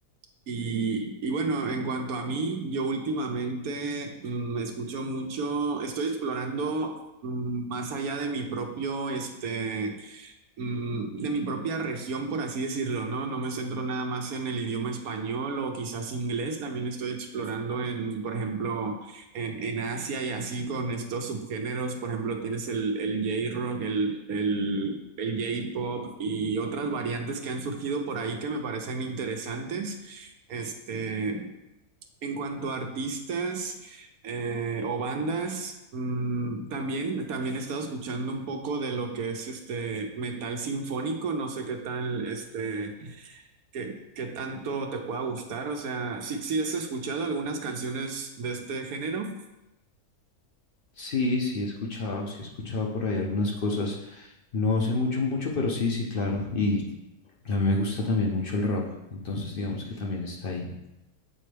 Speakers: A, on the right (about 75°); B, on the left (about 50°).
A: Y, y bueno, en cuanto a mí, yo últimamente mm, escucho mucho, estoy explorando mm, más allá de mi propio, este, mm, de mi propia región, por así decirlo, ¿no? No me centro nada más en el idioma español o quizás inglés, también estoy explorando en, por ejemplo, en, en Asia y así con estos subgéneros, por ejemplo, tienes el, el J-rock, el, el, el J-pop y otras variantes que han surgido por ahí que me parecen interesantes. Este, en cuanto a artistas eh, o bandas, mm, también, también he estado escuchando un poco de lo que es este metal sinfónico. No sé qué tal, este, qué, qué tanto te pueda gustar. O sea, sí, sí has escuchado algunas canciones de este género.
B: Sí, sí, he escuchado, sí, he escuchado por ahí algunas cosas. No sé mucho, mucho, pero sí, sí, claro. Y a mí me gusta también mucho el rock, entonces digamos que también está ahí.